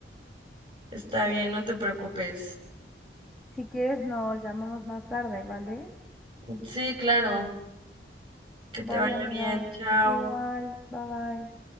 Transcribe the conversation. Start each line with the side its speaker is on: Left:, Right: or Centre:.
Right: Está bien, no te preocupes.
Centre: Si quieres, nos llamamos más tarde, ¿vale?
Right: Sí, claro. Que
Centre: Bye,
Right: te vaya
Centre: amiga.
Right: bien. Chao.
Centre: Igual, bye bye.